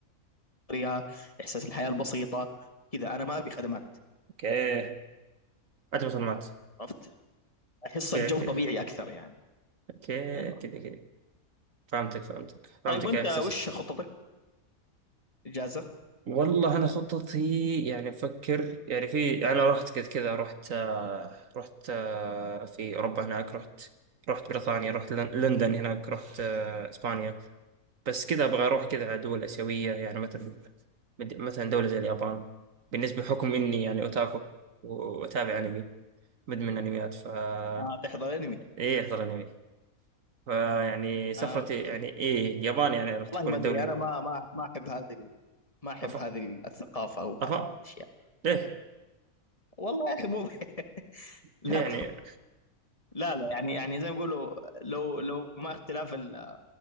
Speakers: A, on the left; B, on the right.
A: القريه احساس الحياه البسيطه كذا انا ما ابي خدمات
B: أوكي أنت معلومات
A: عرفت احس
B: أوكي
A: الجو
B: أوكي
A: طبيعي اكثر يعني
B: أوكي
A: ايوه
B: كذا كذا فهمتك فهمتك فهمتك
A: طيب وانت
B: يا إحساس
A: وش خططك اجازه
B: والله أنا خططي يعني أفكر يعني في أنا رحت كذا كذا رحت آه، رحت آه، في أوروبا هناك رحت رحت بريطانيا رحت لن- لندن هناك رحت آه، إسبانيا بس كذا أبغى أروح كذا على دول آسيوية يعني مثلا مد- مثلا دولة زي اليابان بالنسبة بحكم إني يعني أوتاكو وأتابع أنمي مدمن أنميات فا
A: اه تحضر انمي
B: إيه أحضر أنمي فيعني سفرتي
A: اه اوكي
B: يعني إيه اليابان يعني راح
A: والله
B: تكون
A: ما
B: الدولة
A: ادري انا ما ما ما احب هذه ال- ما احب
B: أفا
A: هذه الثقافه او
B: أفا
A: هذه الاشياء
B: ليه؟
A: والله يا اخي مو <laughs> لا
B: ليه يعني
A: طب لا لا يعني يعني زي ما يقولوا لو لو ما اختلاف ال-